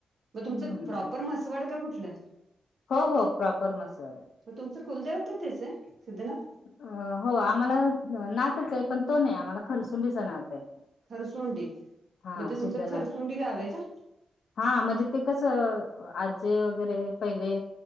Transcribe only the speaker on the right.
मग तुमचं
प्रॉपर म्हसवाड का कुठलं आहे
मग तुमचे कुलदेवते त्याचे सिद्धनाथ
खरसुंडी
मग ते
तुमचं खरसुंडी गाव आहे का